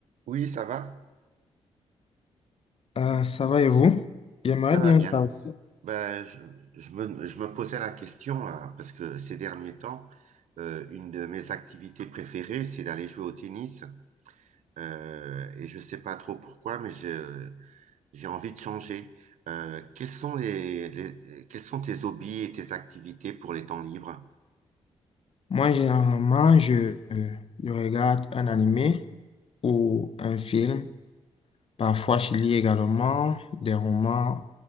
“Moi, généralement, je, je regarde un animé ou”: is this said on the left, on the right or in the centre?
Left